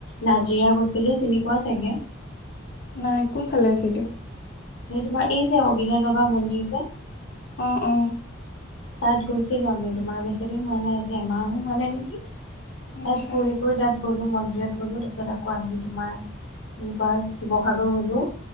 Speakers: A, on the left; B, on the left.
A: নাজিৰা গৈছিলো চিনি পোৱা চাগে।
B: নাই কোনফালে আছে এইটো।
A: তোমাৰ এই যে অগ্নিনাথ বাবা মন্দিৰ যে
B: অ অ।
A: তাত গৈছিলো আমি তোমাৰ বেছিদিন হোৱা নাই আজি এমাহো হোৱা নাই নেকি?
B: আচ্ছা
A: তাত ফুৰি কৰি তাত গ'লো মন্দিৰত গ'লো তাৰপিছত আকৌ আহি তোমাৰ এনেকুৱা শিৱসাগৰ গ'লোঁ।